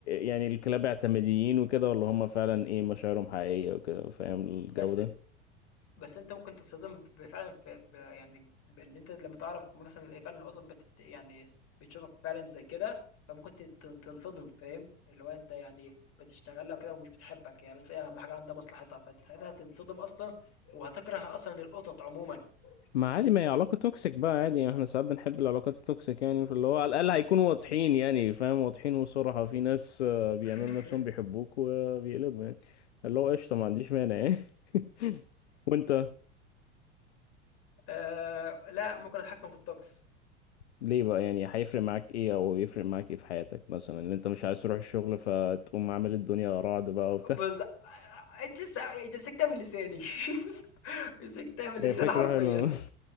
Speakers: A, on the left; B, on the left.
A: يعني الكلاب اعتماديين وكده ولا هم فعلا ايه مشاعرهم حقيقيه وكده فاهم الجو
B: بس
A: ده
B: بس أنت ممكن تتصدم ب فعلًا في ب يعني بإن أنت لمّا تعرف مثلًا إن فعلًا القطط بتت يعني بتشوفك فعلًا زي كده، فممكن ت ت تنصدم فاهم، اللي هو أنت يعني بتشتغل لها وكده ومش بتحبك يعني بس هي أهم حاجة عندها مصلحتها، فأنت ساعتها هتنصدم أصلًا وهتكره أصلًا القطط عمومًا،
A: ما
B: فاهمني؟
A: عادي ما هي علاقة توكسيك بقى عادي يعني، احنا ساعات بنحب العلاقات التوكسيك يعني فاللي هو على الأقل هيكونوا واضحين يعني فاهم واضحين وصراحة في ناس آه، بيعملوا
B: <laughs>
A: نفسهم بيحبوك وبيقلبوا يعني اللي هو قشطة ما عنديش مانع يعني <laughs> وانت
B: آه لا ممكن اتحكم في الطقس
A: ليه بقى يعني هيفرق معاك ايه او يفرق معاك ايه في حياتك مثلا ان انت مش عايز تروح الشغل فتقوم عامل الدنيا رعد بقى وبتاع
B: بز... انت لسه انت مسكتها من لساني <laughs> مسكتها من
A: <laughs>
B: لساني
A: هي فكرة
B: حرفيا
A: حلوة